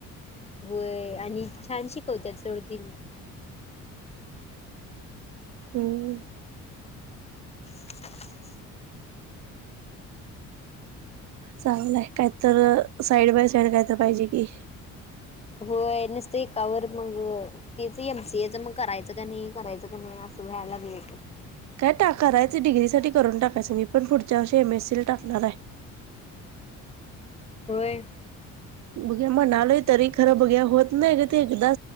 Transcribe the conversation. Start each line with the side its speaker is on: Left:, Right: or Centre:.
Left: होय आणि छान शिकवतात सर तिनी.
Right: हम्म.
Left: रिकामा ऑडिओ
Right: चांगलंय काय तर साईड बाय साईड काय तर पाहिजे कि.
Left: हो नुसत एकावर मग तेच एक तेच मग करायचं का नाही करायचं का नाही असं व्हय लागलय.
Right: काय टाकाय करायच ते डिग्रीसाठी करून टाकायचं मी पण पुढच्या वर्षी एम एससी ला टाकणार आहे.
Left: होय.
Right: बघ्या म्हणालोय तरी खरं बघ्या होत नाही ग ते एकदा